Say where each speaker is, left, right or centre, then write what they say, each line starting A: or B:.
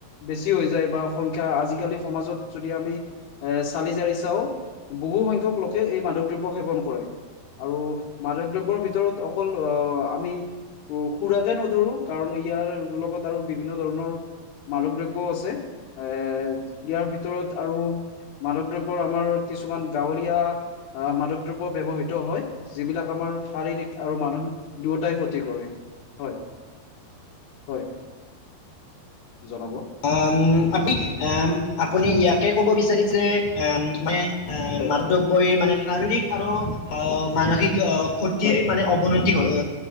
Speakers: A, on the left; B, on the left.
A: বেছি। হৈ যায় বা সংখ্যা আজিকালি সমাজত যদি আমি এ চালি জাৰি চাও। বহুসংখ্যক লোকে এই মাধক। সেৱন কৰে আৰু মাদক দ্ৰব্য ভিতৰত অকল আহ আমি। সুৰাকে নধৰো কাৰণ ইয়াৰ লগত আৰু বিভিন্ন ধৰণৰ। মাদক দ্ৰব্যও আছে। এৰ ইয়াৰ ভিতৰত। আৰু মাদক দ্ৰব্যৰ আমাৰ কিছুমান গাঁৱলীয়া আহ মাদক দ্ৰব্য ব্যৱহিত হয়। যিবিলাক আমাৰ শাৰীৰিক আৰু মানসিক। দুয়োটাই ক্ষতি কৰে হয় হয়। জনাব
B: উ আপি আপুনি ইয়াকে ক'ব বিচাৰিছে মানে। এ
A: হয়
B: মাদব্যই মানে শাৰীৰিক আৰু অ মানসিক অ। ক্ষতি
A: হয়
B: মানে অৱনতি অ